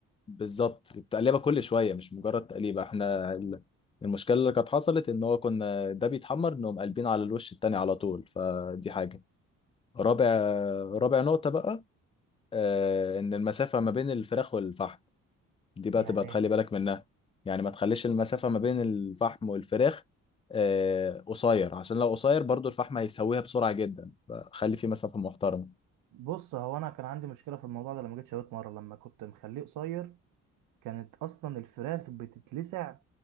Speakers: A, on the left (about 20°); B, on the right (about 85°).
A: بالظبط بتقلبها كل شويه مش مجرد تقليبه احنا ال- المشكله اللي كانت حصلت ان هو كنا ده بيتحمر نقوم قالبين على الوش التاني على طول فدي حاجه رابع رابع نقطه بقى آه، ان المسافه ما بين الفراخ والفحم دي بقى
B: يعني
A: تبقى تخلي بالك منها يعني ما تخليش المسافه ما بين الفحم والفراخ آه، قصير عشان لو قصير برضو الفحم هيسويها بسرعه جدا فخلي في مسافه محترمه
B: بص هو انا كان عندي مشكله في الموضوع ده لما جيت شويت مره لما كنت مخليه قصير كانت اصلا الفراخ بتتلسع